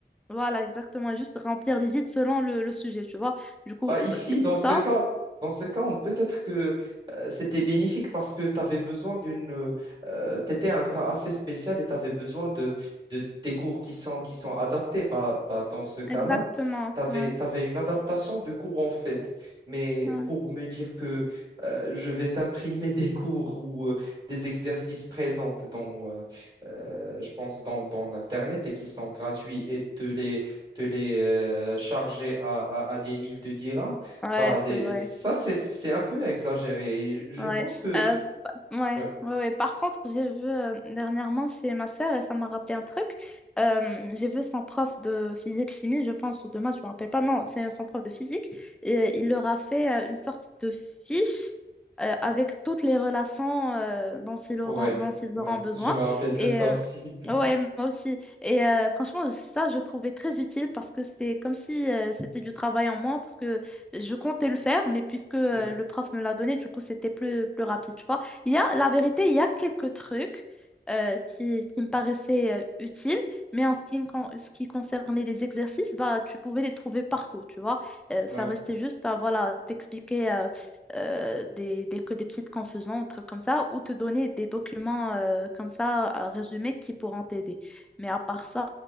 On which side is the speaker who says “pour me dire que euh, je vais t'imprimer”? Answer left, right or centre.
Right